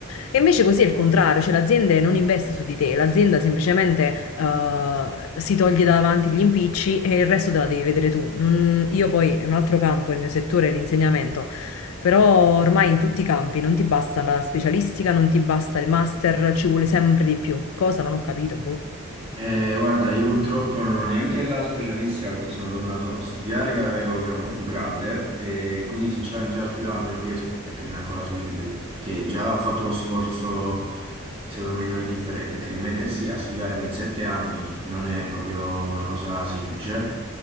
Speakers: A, on the left; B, on the right.
A: E invece così è il contrario, cioè l'azienda non investe su di te, l'azienda semplicemente eh, si toglie davanti gli impicci e il resto te la devi vedere tu. Non- io poi, è un altro campo, il mio settore è l'insegnamento, però ormai in tutti i campi non ti basta la specialistica, non ti basta il master, ci vuole sempre di più. Cosa? Non ho capito, boh.
B: Eh, guarda, io purtroppo non ho neanche la specialistica perché sono tornato a studiare che avevo, che era un po' più grande e quindi sinceramente io altri due anni non riesco a mettermi ancora sui libri perché già ho fatto uno sforzo secondo me non indifferente, che rimettersi a studiare per sette anni non è proprio una cosa semplice